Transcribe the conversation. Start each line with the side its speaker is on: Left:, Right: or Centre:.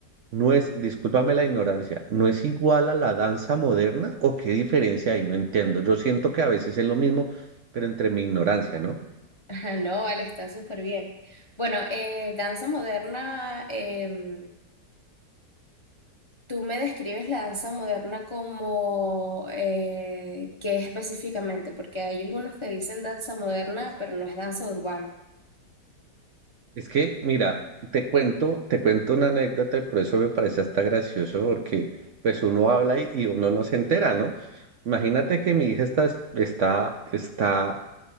Right: no es, discúlpame la ignorancia, no es igual a la danza moderna o qué diferencia hay, no entiendo. Yo siento que a veces es lo mismo, pero entre mi ignorancia, ¿no?
Left: <laughs> Ajá, No, vale, está súper bien. Bueno, eh, danza moderna, em, tú me describes la danza moderna como eh, ¿qué específicamente? Porque hay algunos que dicen danza moderna, pero no es danza urbana.
Right: Es que, mira, te cuento, te cuento una anécdota y por eso me parece hasta gracioso, porque pues uno habla y, y uno no se entera, ¿no? Imagínate que mi hija está, está, está,